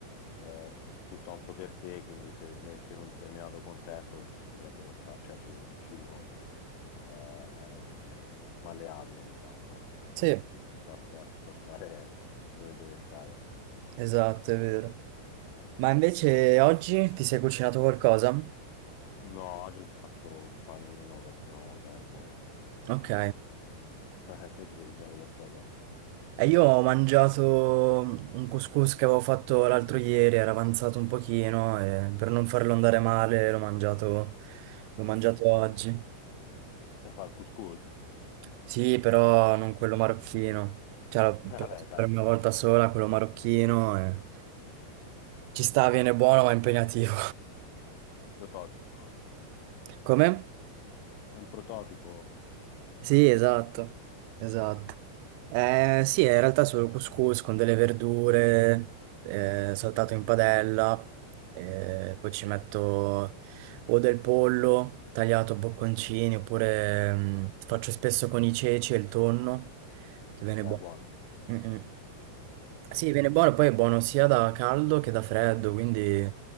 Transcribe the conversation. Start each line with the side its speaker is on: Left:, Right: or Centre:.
Left: eh, tutto ha un suo perché, quindi se messo in un determinato contesto ci potrebbero stare, cioè ci- il cibo eh, è malleabile, diciamo, no? No,
Right: Sì,
Left: si Sa sta- sa stare dove deve stare.
Right: esatto, è vero. Ma invece
Left: Mm.
Right: oggi ti sei cucinato qualcosa?
Left: No, oggi ho fatto un panino perché non avevo tempo.
Right: Ok.
Left: <laughs> Te ti sei cucinato qualcosa?
Right: E io ho mangiato un couscous che avevo fatto l'altro ieri, era avanzato un pochino e per non farlo andare male l'ho mangiato, l'ho mangiato oggi.
Left: Sai fare il couscous?
Right: Sì, però non quello marocchino. Cioè, l'ho
Left: <laughs> Vabbè,
Right: provato
Left: dai,
Right: per una
Left: è
Right: volta sola, quello marocchino. e- Ci sta, viene buono, ma è impegnativo.
Left: un prototipo, no?
Right: <laughs> Come?
Left: È un prototipo.
Right: Sì, esatto. Esatto. Eh, sì,
Left: Mm.
Right: in realtà è solo couscous con delle verdure, eh, saltato in padella. eh, poi ci metto o del pollo tagliato a bocconcini, oppure mm, faccio spesso con i ceci e il tonno, che viene
Left: È
Right: buono.
Left: buono.
Right: Mm, mm. Sì,
Left: Eh,
Right: viene
Left: sì,
Right: buono,
Left: sì,
Right: poi
Left: sì,
Right: è buono
Left: sì.
Right: sia da caldo che da freddo, quindi